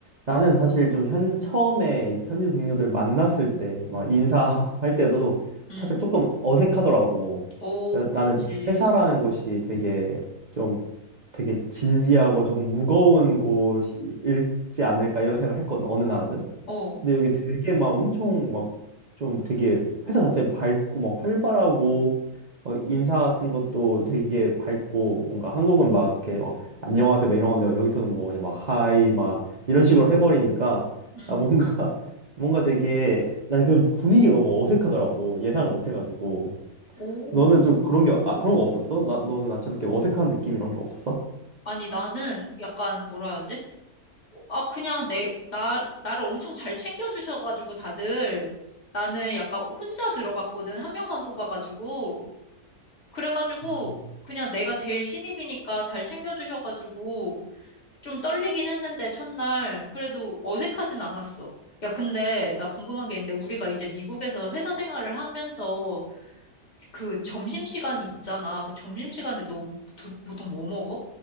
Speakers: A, on the right; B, on the left.
A: 나는 사실 좀 현, 처음에 이제 현지 동료들 만났을 때, 막 인사하고 <laughs> 할 때도
B: 음.
A: 살짝 조금 어색하더라고.
B: 오,
A: 그래서
B: 그렇지.
A: 나는 되게 회사라는 곳이 되게 좀 되게 진지하고 조금 무거운 곳이지 않을까 이런 생각을 했거든, 어느 나라든.
B: 어.
A: 근데 여기 되게 막 엄청 막 좀 되게 회사 자체 밝고 막 활발하고 막 인사 같은 것도 되게 밝고 뭔가 한국은 막 이렇게 막 안녕하세요 막 이런 건데 막 여기서는 뭐 그냥 막 하이 막 이런 식으로 해버리니까
B: 음.
A: 아 뭔가 <laughs> 뭔가 되게 난 그 분위기가 너무 어색하더라고 예상을 못 해가지고
B: 오.
A: 너는 좀 그런 게 아, 그런 거 없었어? 나 너는 나처럼 이렇게 어색한 느낌 이런 게 없었어?
B: 아니, 나는 약간 뭐라 하지? 어, 아, 그냥 내, 나, 나를 엄청 잘 챙겨주셔가지고 다들 나는 약간 혼자 들어갔거든. 한 명만 뽑아가지고. 그래가지고
A: 음.
B: 그냥 내가 제일 신입이니까 잘 챙겨주셔가지고 좀 떨리긴 했는데 첫날. 그래도 어색하진 않았어. 야, 근데 나 궁금한 게 있는데 우리가 이제 미국에서 회사 생활을 하면서 그 점심시간 있잖아. 그 점심시간에 너 도- 보통 뭐 먹어?